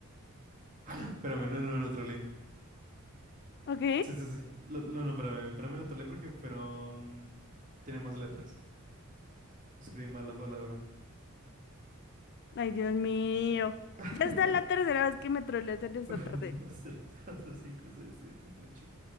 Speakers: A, on the right (about 35°); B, on the left (about 50°).
A: <laughs> Espérame, no, no, no, trolé.
B: Ok.
A: Sí, sí, sí. Lo- No, no, espérame. Espérame, la trolé porque fueron... Tiene más letras. Escribí mal la palabra.
B: Ay, Dios mío.
A: <laughs>
B: Ya está la tercera vez que me troleas en esta
A: uno
B: tarde.
A: dos tres cuatro cinco seis siete ocho